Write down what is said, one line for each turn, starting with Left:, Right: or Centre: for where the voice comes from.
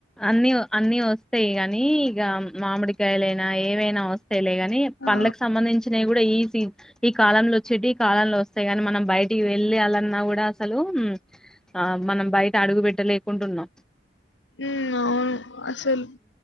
Centre: అన్ని అన్ని వస్తాయి కానీ ఇగ మామిడికాయలైనా ఏవైనా వస్ తెలే గాని
Left: ఆ
Centre: పండ్లకు సంబంధించినయి గూడా ఈసి ఈ కాలంలో చెటీ కాలంలో వస్ స్తాయి గాని మనం బయటికి వెళ్ లేయాలన్నా కూడా అసలు ఆ మనం బయట అడుగు పెట్ట లేకుంటున్నాం
Left: ఉ అవును అసలు